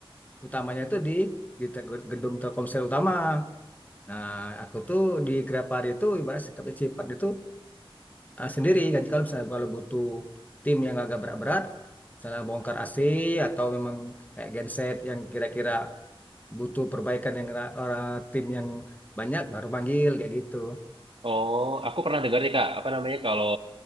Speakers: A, on the left (about 15°); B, on the right (about 65°).
A: utamanya itu di di te- gedung Telkomsel utama. Nah, aku tuh di Grapari itu ibarat sikap- sifatnya itu eh, sendiri kan kalau misalnya kalau butuh tim yang agak berat-berat misalnya bongkar AC atau memang kayak genset yang kira-kira butuh perbaikan yang ra- orang tim yang banyak baru panggil kayak gitu
B: Oh aku pernah dengar nih Kak, apa namanya kalau